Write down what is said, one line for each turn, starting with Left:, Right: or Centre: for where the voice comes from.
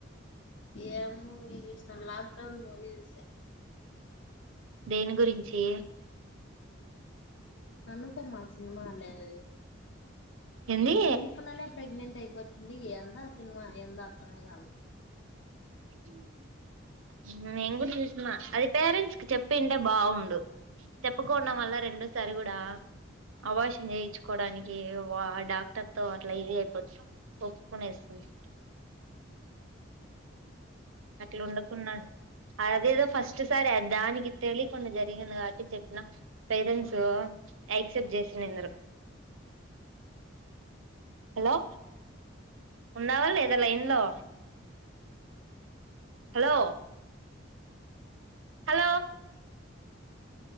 Left: ఏం మూవీ చూసినాం లాక్డౌన్ మూవీ చూసా
Right: దేని గురించి
Left: అనుపమ సినిమా లే అది
Right: ఏంది
Left: అది తెలియకుండానే ప్రెగ్నెంట్ అయిపోతుంది ఏందో ఆ సినిమా ఎందో అర్థమే కాల
Right: ఎ <inaudible> నేను కూడా చూసిన అది పేరెంట్స్ కి చెప్పింటే బాగుండు చెప్పుకుండ మల్ల రెం సరి కూడడా అబాష చేయించుకోవడానికి డాక్టర్ తో అట్లా ఇది అయిపోతుంది ఒప్పుకునేస్తుంది అట్లా ఉండకున్నా అదేదో ఫస్ట్ సారి దానికి తెలియకుండా జరిగింది కాబట్టి చెప్పిన పేరెంట్స్ యాక్సెప్ట్ చేసినందరు హలో ఉండవా లేదా లైన్ లో హలో హలో